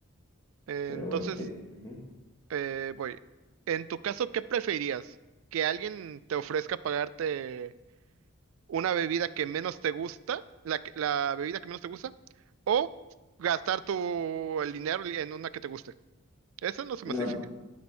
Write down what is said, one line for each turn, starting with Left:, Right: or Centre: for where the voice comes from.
Right: Eh,
Left: Pero
Right: Entonces,
Left: bueno, tiene... ujú.
Right: eh, voy. En tu caso, ¿qué preferirías? ¿Que alguien te ofrezca pagarte una bebida que menos te gusta, la, que- la bebida que menos te gusta, o gastar tu, el dinero en una que te guste? Eso no se
Left: No,
Right: me hace difícil.